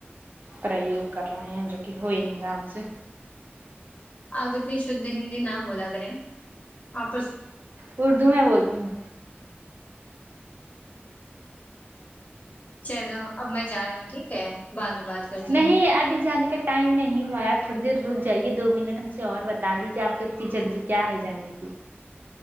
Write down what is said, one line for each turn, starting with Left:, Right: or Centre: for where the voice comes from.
Right: پریوگ کر رہے ہیں جو کہ ہو ہی نہیں رہا سا
Left: آپ اتنی شدھ ہندی نہ بولا کریں آپس
Right: اردو میں بولتی ہوں
Left: چلو اب میں جا رہی ہوں ٹھیک ہے بات میں بات کرتی
Right: نہیں
Left: ہوں
Right: ابھی جانے کا ٹائم نہیں ہوا ہے آپ تھوڑی دیر رک جائیے دو منٹ ہم سے اور بتا لیجیے آپ کو اتنی جلدی کیا ہے جانے کی